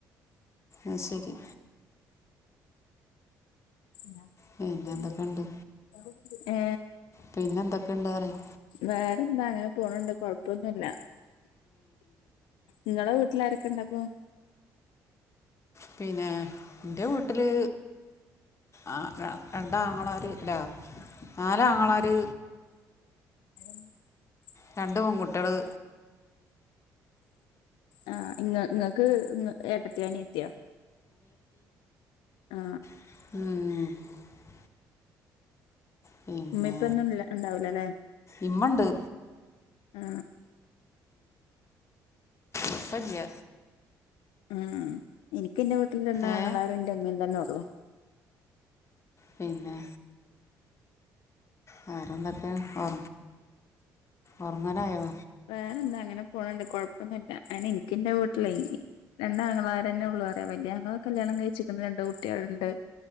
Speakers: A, on the left (about 35°); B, on the left (about 80°).
A: അയ്ശരി
B: <inaudible>
A: പിന്നെ എന്തൊക്കെയുണ്ട്
B: ഏ
A: പിന്നെ എന്തൊക്കെയുണ്ട് പറയ്
B: വേറെന്താ അങ്ങനെ പോണണ്ട് കൊഴപ്പൊന്നുല്ല നിങ്ങളെ വീട്ടിലാരൊക്കെണ്ടപ്പാ
A: പിന്നെ എന്റെ വീട്ടില് ആ <inaudible> രണ്ടാങ്ങളാര് ഒരാ നാല് അങ്ങളാര്
B: <inaudible>
A: രണ്ട് പെൺകുട്ടികള്
B: ആ നിങ്ങ നിങ്ങക്ക് എ ട്ടാത്തിയ അനിയത്തിയ ആ
A: ഉം പിന്നെ
B: ഉമ്മേം ഉപ്പേം ഒന്നുല്ല ണ്ടാവൂലല്ലേ
A: ഇമ്മ ഉണ്ട്
B: ആ
A: ഉപ്പ ഇല്ല്യ
B: ഉം എനിക്ക് എന്റെ വീട്ടില് രണ്ടാങ്ങളാര്
A: ഏ
B: എന്റെ മ്മ തന്നെ ഒള്ളോ
A: പിന്നെ വേറെന്തൊക്കെയാ ഓ ഓറങ്ങനായോ
B: വേറെന്താ അങ്ങനെ പോണണ്ട് കൊഴപ്പൊന്നുല്ല അയിന് എനിക്ക് എന്റെ വീട്ടില് അയിന് രണ്ടാങ്ങളാരെന്ന ഉള്ളൂ വേറെ വല്ല്യങ്ങളാ കല്യാണം കഴിച്ച്ക്കണ് രണ്ട് കുട്ടേള് ഇണ്ട്